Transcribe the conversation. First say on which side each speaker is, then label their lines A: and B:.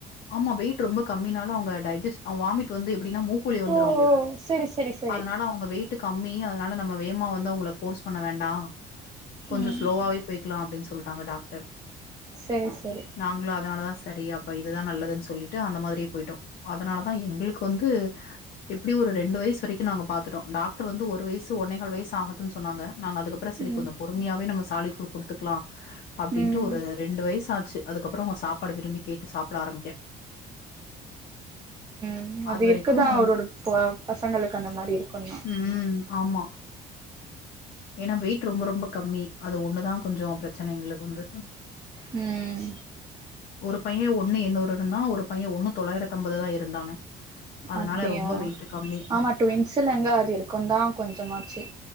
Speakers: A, on the left (about 65°); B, on the right (about 25°).
A: ஆமா வெயிட் ரொம்ப கம்மினால அவுங்க டைஜிஸ் அவே வாமிட் வந்து எப்டின்னா மூக்கு வழி வந்துரு
B: ஓ
A: அவுங்களுக்கு
B: ஓ செரி செரி செரி
A: அதனால அவுங்க வெயிட்டு கம்மி அதனால நம்ம வேமா வந்து அவுங்கள ஃபோர்ஸ் பண்ண வேண்டா கொஞ்சோ
B: ம்
A: ஸ்லோவாவே போய்க்கல அப்டின்னு சொல்ட்டாங்க டாக்டர்
B: செரி செரி
A: நாங்களு அதனால தா செரி அப்ப இதுதா நல்லதுன்னு சொல்லி ட்டு அந்த மாரியே போயிட்டோ அதனால தா எங்களுக்கு வந்து எப்டியு ஒரு ரெண்டு வயசு வரைக்கோ நாங்க பாத்துட்டோ டாக்ரு வந்து ஒரு வயசு ஒன்னே கால் வயசு ஆகட்டு சொன்னாங்க நாங்க அதுக்கப்றோ சேரி
B: ம்
A: கொஞ்சோ பொறுமையாவே நம்ம சாலிட்‌ ஃபுட் குடுத்துக்கலா அப்டின்ட்டு
B: ம்
A: ஒரு ரெண்டு வயசாச்சு அதுக்கப்றோ அவுங்க சாப்பாடு விரும்பி கேட்டு சாப்ட ஆரம்பிக்க
B: ம் அது
A: அதுவரைக்கும்
B: இருக்குதா ஒர் ஒரு ப பசங்களுக்கு அந்த மாரி இருக்குந்‌தா
A: ம் ஆமா. ஏன்னா வெயிட் ரொம்ப ரொம்ப கம்மி அது ஒண்ணுதா கொஞ்சோ பிரச்சன எங்களுக்கு வந்து
B: ம்
A: ஒரு பையே ஒண்ணு என்னூறு இருந்தா ஒரு பையே ஒண்ணு தொள்ளாயிரத்து அம்பதுதா இருந்தானே அதனால
B: அப்டியா
A: ரொம்ப வெயிட்டு கம்மி
B: ஆமா ட்வின்ஸ்ஸுலங்க அது இருக்குந்தா கொஞ்சமாச்சு